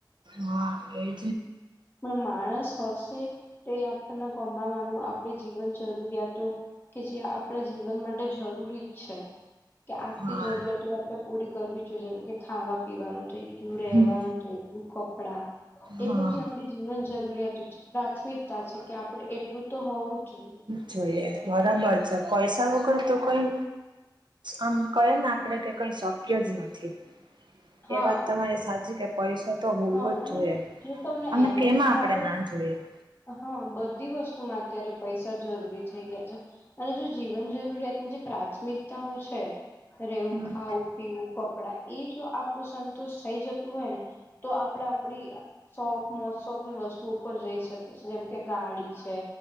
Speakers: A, on the right; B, on the left.
A: હા એજ
B: પણ માણસ હશે તો આપણને કમાવાનું આપણે જીવન જરૂરિયાતો કે જે આપણા જીવન માટે જરૂરી છે કે આખલી
A: હા
B: જરૂરિયાતો તો આપડણે પૂરી કરવી છેઈએ જેમ કે ખાવા પીવાનું થઈ કયું રવાનું
A: હમ.
B: થય કયુ કપડા એ
A: હા
B: બધું આપ જીવન જરૂરિયાત છે પ્રાથમિકતા છે કે આપડે એટલું તો હોવું જ જોઈએ
A: જોઈએ બરાબર છે પૈસા વગર તો કઈ આમ કહે ને આપડે કે કઈ શક્ય જ નથી
B: હા
A: એ વાત તમારે સાચી કે પૈસા તો હોવો
B: હા
A: જ
B: અને
A: જોઈએ
B: જો તમને
A: અને
B: એનાથી
A: કેમાં
B: પણ
A: આપણેે
B: આપણે
A: ના જોઈએ
B: હા બધી વસ્તુમાં અત્યારે પૈસા જરૂરી થઈ ગયા છે અને જો જીવન જરૂરિયાતની જે પ્રાથમિકતાઓ છે રેવું
A: હમ.
B: ખાવું પીવું કપડાં એ જો આપડું સંતોષ થઈ જતું હોય ને તો આપણે આપડી શોખ મોજ શોખની વસ્તુ ઉપર જઈ શકીી જેમ કે ગાડી છે.